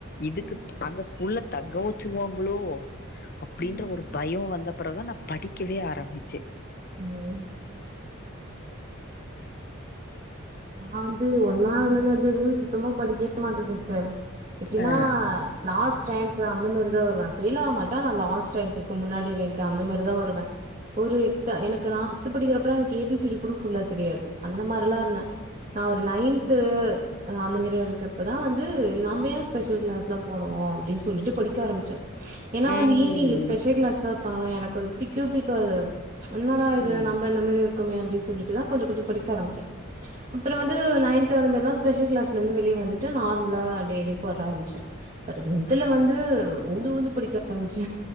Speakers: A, on the left; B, on the right.
A: இதுக்குப்
B: ஓ
A: அங்கஸ் உள்ள தக்க வெச்சுருவாங்களோ அப்டின்ற
B: ம்
A: ஒரு பயோ வந்தப்புறோ தா நா படிக்கவே ஆரம்பிச்சே
B: ஓ நா வந்து ஒன்னாவதுல இருந்து வந் எதுமே சுத்தமா படிக்கவே மாட்டது சார் எப்பிடினா
A: அ
B: லாஸ்ட் ரேங்க்கு அந்த மாரி தா வருவே ஃபெயில் ஆக மாட்டே ஆனா லாஸ்ட் ரேங்க்கு முன்னாடி ரேங்க்கு அந்த மாதிரிதா வருவே ஒரு ட்ட எனக்கு நா சிக்ஸ்த்து படிக்கிறப்பலா எனக்கு ஏபிசிடி கூட ஃபுல்லத் எ அந்த மார்லா இருந்தே நா ஒரு நைன்த்து அ அந்த மேரி வரக்கு இப்பதா வந்து நாம்ப ஏன் ஸ்பெஷல் க்ளாஸ்லா போனு அப்டின் சொல்லிட்டு படிக்க ஆரம்பிச்சே ஏன்னா
A: ம்
B: வந்து ஈவினிங்ல ஸ்பெஷல் க்ளாஸ்லா வப்பாங்ளா எனக்கு அது புடிக்வே புடிக்காது ம்ச் என்னடா இது
A: ம்
B: நம்ம இந்த மாரி இருக்குமே அப்புடி சொல்லிட்டு தா கொஞ்ச கொஞ்ச படிக்க ஆரம்பிச்சே அப்றோ வந்து நைன்த் அந்த மாரிலா ஸ்பெஷல் க்ளாஸ்லந்து வெளிய வந்துட்டு நார்மலா டெய்லி போற ஆரம்பிச்சே பெறகு அது இந்துல வந்து உழுந்து உழுந்து படிக்க ஆரம்பிச்ச